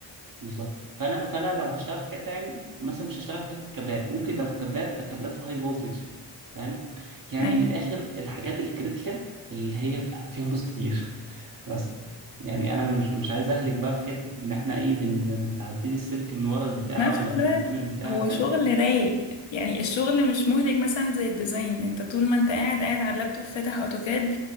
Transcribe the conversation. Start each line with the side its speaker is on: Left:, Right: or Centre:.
Right: بالظبط فانا فانا لو هشتغل في حته يعني مثلا مش هشتغل في حته كابلات ممكن لو في كابلات فكابلات الهاي فولتج فاهم يعني
Left: ايوه
Right: من الاخر الحاجات الكريتيكال اللي هي في- فيها فلوس كتير <laughs> بس يعني انا مش مش عايز اهلك بقى في حته ان احنا ايه بن بتعدي لي السلك من ورا البتاع
Left: نفس
Right: ولا
Left: الوقت
Right: من قدام البتاع
Left: هو
Right: فاهم
Left: شغل رايق يعني الشغل مش مهلك مثلا زي الديزاين انت طول ما انت قاعد قاعد على اللابتوب فاتح اوتوكاد